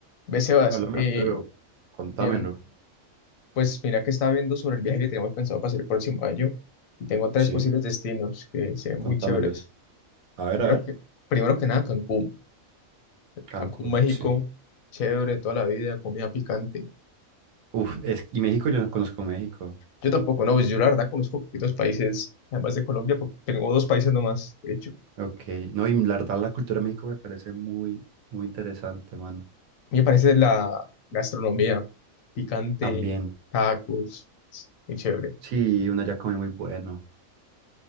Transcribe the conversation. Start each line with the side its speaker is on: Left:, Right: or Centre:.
Left: Ve, Sebas,
Right: Háblame,
Left: eh,
Right: Arturo. Contámelo.
Left: bien, pues mira que estaba viendo sobre el viaje que tenemos pensado para hacer el próximo año y tengo tres
Right: Sí,
Left: posibles destinos que se ven
Right: contámelos.
Left: muy chéveres.
Right: A ver,
Left: Primero
Right: a ver.
Left: que, primero que nada, Cancún.
Right: Cancún,
Left: Cancún, México,
Right: sí.
Left: chévere, toda la vida, comida picante.
Right: Uf, es, y México, yo no conozco México.
Left: Yo tampoco, no, pues yo la verdad conozco poquitos países, además de Colombia, porque tengo dos países nomás, de hecho.
Right: Ok. No, y la verdad, la cultura de México me parece muy, muy interesante, mano.
Left: Me parece la gastronomía picante,
Right: También.
Left: tacos, es muy chévere.
Right: Sí, una ya come muy bueno.